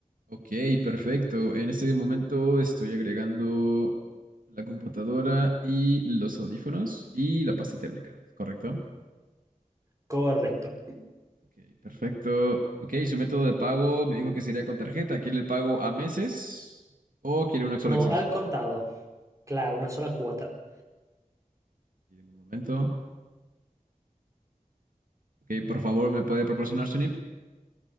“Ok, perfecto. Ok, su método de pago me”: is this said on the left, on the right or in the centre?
Right